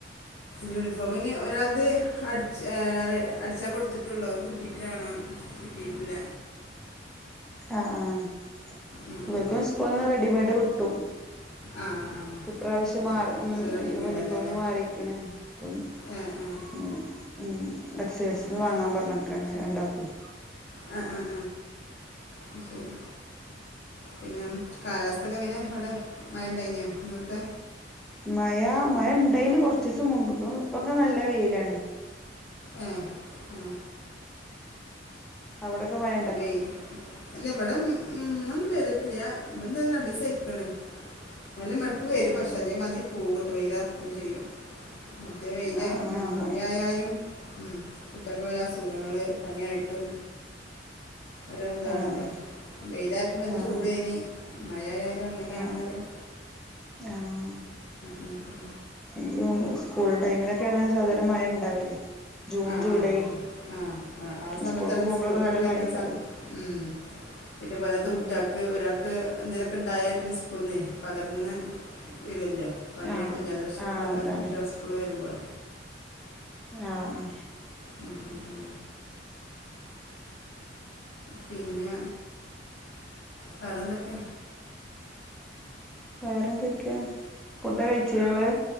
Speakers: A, on the left (about 70°); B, in the centre.
A: യൂണിഫോം ഇനി ഒരാത് അട്ച്ച് അടിച്ചാൻ കൊടുത്തിട്ടുള്ളു അത് കിട്ടീട്ട് വേണം കിട്ടീട്ടില്ല
B: അ ആഹ്
A: ഉം,
B: ഇവർക്ക്
A: ഉം.
B: സ്കൂൾന്ന് റെഡിമെയ്ഡ് കിട്ടും
A: ആ ആ
B: ഇപ്രാവശ്യം
A: അത്
B: മാറി
A: ശരി
B: ഉം
A: അതൊക്കെ അടിക്കണ്ടല്ലോ
B: യൂണിഫോം
A: അല്ലേ
B: മാറീക്കണ് ഇപ്പം
A: ആ ആ
B: ഉം ഉം ടെക്സൈൽസീന്ന്
A: അത്
B: വാങ്ങാൻ
A: ശരി
B: പറഞ്ഞെക്കാണ് രണ്ടാക്കും
A: അ അ ആഹ് ആഹ് ശരി പിന്നെ കാലാവസ്ഥൊക്കെ എങ്ങനെ അവിടെ മഴ ഇണ്ടായിനാ ഇന്നത്തെ
B: മഴ മഴ ഇണ്ടായിനു കൊറച്ചുസം മുമ്പ്ക്ക് ഇപ്പൊക്കെ നല്ല വെയിലാണ്
A: ഏഹ് ആഹ്
B: അവിടൊക്കെ മഴ
A: പൊതുവേ അല്ല ഇവിടെ ഇന്നൊന്നും പെയ്തട്ടില്ല ഇവിടത്തേത് രണ്ടുസായിക്കണ് എന്നാലും വെരും
B: ആഹ്
A: പക്ഷെ അതേമാതിരി പോവുട്ടോ വെയിലെറക്കൂം ചെയ്യും മറ്റേ വെയില്
B: ആഹ് ആഹ്
A: ഉം
B: ആഹ്
A: മഴയായാലും
B: മു
A: ഉം കുട്ടികക്കൊരു അസുഖങ്ങള് പനിയായിട്ടും ഓരോ ഇതാണല്ല
B: ആഹ്
A: വെയിലായപ്പോ നല്ല
B: ആഹ്
A: ചൂടായിനി മഴയായാലും അങ്ങനെയാണ്
B: ആഹ്
A: പറയ്യാ
B: ആഹ്
A: ഉം, ഉം.
B: എനിക്ക് തോന്നുന്നു സ്കൂൾ ടൈമിലൊക്കെയാണ് സാധാരണ മഴ ഇണ്ടാവല് ജൂൺ
A: ആഹ് ആഹ്
B: ജൂലൈ
A: അതെ ആഹ് ആഹ് ആഹ് സമയത്താണ്
B: സ്കൂൾക്ക് പോകുമ്പോഴൊക്കെ
A: സ്കൂളുക്കൊക്കെ
B: നല്ല
A: വരുന്ന
B: മഴേക്കാരം
A: സമ ഉം പിന്നെ പോരാത്തെ
B: ഉം
A: കുട്ടിയാൾ ഒരാൾക്ക് എന്തേലൊക്കെ ഉണ്ടായാ പിന്നെ സ്‌കൂൾന്നെ പകർന്ന് വരുവല്ലോ പനിയായിട്ടും
B: ആഹ്
A: ജലദോഷൊക്കെണ്ട്
B: ആഹ് അതാണ്
A: കുട്ടികളെ സ്കൂളീ വെരുംമ്പളേ
B: ആഹ്
A: ഉം ഉം ഉം പിന്ന വേറെന്തൊക്കെ
B: വേറെ എന്തൊക്കെയാ ഫുഡ് കഴിച്ചാ നിങ്ങള്